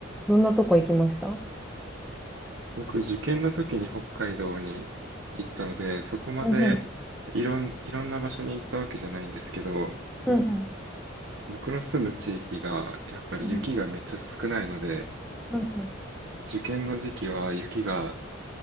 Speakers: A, in the centre; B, on the right.
A: どんなとこ行きました
B: 僕、受験の時に北海道に行ったので、そこまで
A: うんうん。
B: いろん、いろんな場所に行ったわけじゃないんですけど、
A: うんうん。
B: 僕の住む地域がやっぱり雪がめっちゃ少ないので、
A: うんうん。
B: 受験の時期は雪が